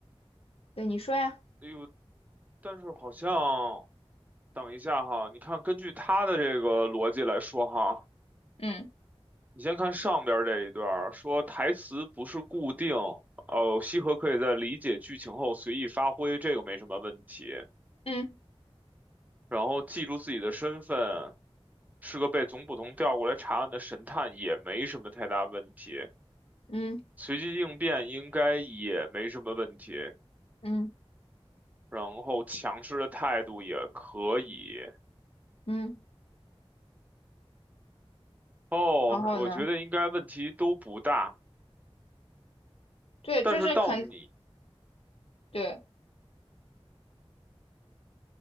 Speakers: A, on the left (about 70°); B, on the right (about 15°).
A: 对，你说呀，
B: 哎呦，但是好像，等一下哈，你看，根据他的这个逻辑来说哈，
A: 嗯。
B: 你先看上边儿这一段儿，说台词不是固定，哦，西河可以在理解剧情后随意发挥，这个没什么问题。
A: 嗯
B: 然后记住自己的身份，是个被总捕头调过来查案的神探，也没什么太大问题。
A: 嗯
B: 随机应变应该也没什么问题，
A: 嗯
B: 然后强势的态度也可以。
A: 嗯，
B: 哦，
A: 然后呢？
B: 我觉得应该问题都不大，
A: 对，
B: 但是到你，
A: 就是肯对